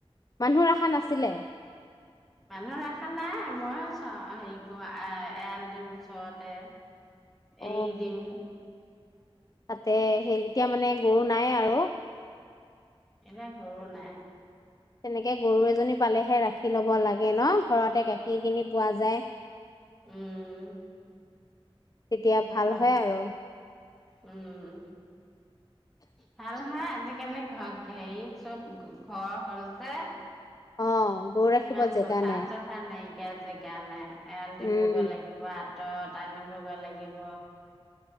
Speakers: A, on the left; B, in the centre.
A: মানুহৰ আশা নাছিলে
B: মানুহ ৰখা নাই ময়ো চাওঁ হেৰি কৰো এ এৰাল দিওঁ ওচৰতে
A: অ
B: এই দিওঁ
A: তাতে সেই এতিয়া মানে গৰু নাই আৰু
B: এনে ঘৰু নাই
A: তেনেকে তাকে গৰু এজনী পালেহে ৰাখে গাখীৰ লব লাগে ন ঘৰতে গাখীৰ খিনি পোৱা যায়
B: উম
A: তেতিয়া
B: ঘৰত
A: ভাল হয় আৰু
B: উম ভাল হা দি কেনে ঘ হেৰি চব ঘৰ হল যে
A: অ গৰু ৰাখিব
B: ইমান
A: জেগা
B: পথা
A: নাই
B: চথা নাইকিয়া সেই কাৰণে এৰাল দিবগে
A: উম
B: লাগিব আ বাতত আনিবগা লাগিব